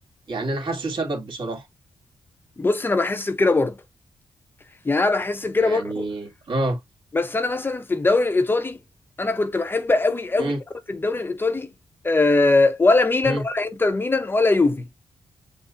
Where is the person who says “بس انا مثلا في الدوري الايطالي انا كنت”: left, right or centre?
Left